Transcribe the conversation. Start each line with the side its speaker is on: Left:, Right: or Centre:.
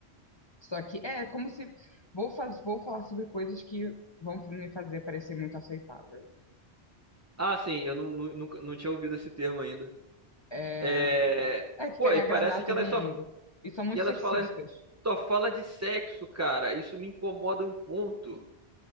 Left: Só que é como se vou faz, vou falar sobre coisas que vão me fazer parecer muito aceitável.
Right: Ah, sim, eu não, nu- nunca, não tinha ouvido esse termo ainda.
Left: É,
Right: É...
Left: é que
Right: Pô,
Left: querem
Right: e
Left: agradar
Right: parece
Left: todo
Right: que elas
Left: mundo.
Right: só.
Left: E são muito
Right: E elas
Left: sexistas.
Right: falam, só fala de sexo, cara. Isso me incomoda um ponto.